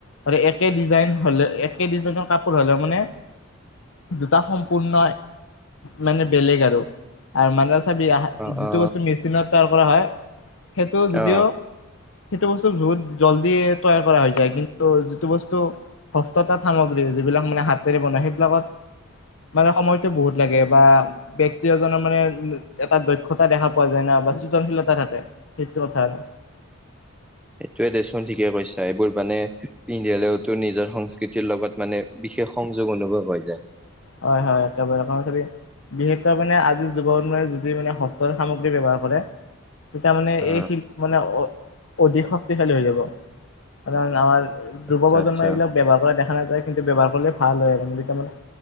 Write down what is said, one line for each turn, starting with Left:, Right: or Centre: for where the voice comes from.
Left: আৰু একে ডিজাইন হ'লে একে ডিজাইনৰ কাপোৰ হ'লে মানে দুটা সম্পূৰ্ণ মানে বেলেগ আৰু আৰু মানে চ
Centre: অ
Left: যিটো
Centre: অ
Left: বস্তু মেচিনত তৈয়াৰ কৰা হয়। সেইটো যদিও
Centre: অ
Left: সেইটো বস্তু বহুত জল্দি তৈয়াৰ কৰা হৈ যায় কিন্তু যিটো বস্তু হস্ততাঁত সামগ্ৰী যিবিলাক মানে হাতেৰে বনাই সেইবিলাকত মানে সময়তটো বহুত লাগে বা ব্যক্তি এজনৰ মানে এটা দক্ষতা দেখা পোৱা যায় না বা সৃজনশীলতা থাকে। সেইটো কথা আৰু
Centre: সেইটোয়ে দেচোন ঠিকে কৈছা। এইবোৰ মানে পিন্ধালেওতো নিজৰ সংস্কৃতিৰ লগত মানে বিশেষ সংযোগ অনুভৱ হৈ যায়।
Left: হয়-হয় একেবাৰে <unintelligible> বিশেষকৈ মানে আজিৰ যুগত যদি মানে হস্তৰ সামগ্ৰী ব্যৱহাৰ কৰে। তেতিয়া মানে
Centre: অ
Left: এই শিল্প মানে অধিক শক্তিশালী হৈ যাব। কাৰণ আমাৰ যুৱ
Centre: আচ্ছা
Left: প্ৰজন্মই
Centre: আচ্ছা
Left: এইবিলাক ব্যৱহাৰ কৰা দেখা নাযায়। কিন্তু ব্যৱহাৰ কৰিলে ভাল হয় আৰু ম তাৰ মানে